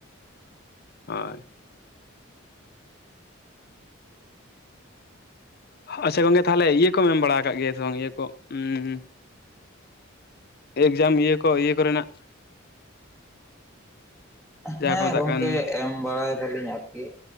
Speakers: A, on the left; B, in the centre.
A: ᱦᱳᱭ ᱟᱪᱪᱷᱟ ᱜᱚᱢᱠᱮ ᱛᱟᱦᱚᱞᱮ ᱤᱭᱟᱹ ᱠᱚᱢ ᱮᱢ ᱵᱟᱲᱟ ᱟᱠᱟᱫ ᱜᱮᱭᱟ ᱥᱮ ᱵᱟᱝ ᱤᱭᱟᱹ ᱠᱚ ᱩᱸᱻ ᱮᱠᱡᱟᱢ ᱤᱭᱟᱹ ᱠᱚ ᱤᱭᱟᱹ ᱠᱚᱨᱮᱱᱟᱜ? ᱡᱟᱦᱟᱸ
B: ᱦᱮᱸ
A: ᱠᱚ ᱢᱮᱛᱟᱜ
B: ᱜᱚᱢᱠᱮ
A: ᱠᱟᱱ
B: ᱮᱢ ᱵᱟᱲᱟᱭ ᱫᱟᱞᱤᱧ ᱟᱨᱠᱤ᱾